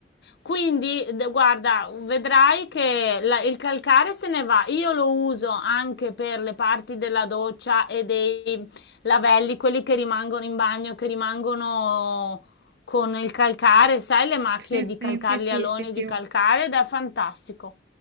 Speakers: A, on the left; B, on the right.
A: Quindi, d- guarda, vedrai che la- il calcare se ne va. Io lo uso anche per le parti della doccia e dei lavelli, quelli che rimangono in bagno, che rimangono con il calcare, sai, le macchie
B: Sì, sì,
A: di calcare,
B: sì, sì,
A: gli aloni
B: sì, sì.
A: di
B: Ho
A: calcare, ed è fantastico.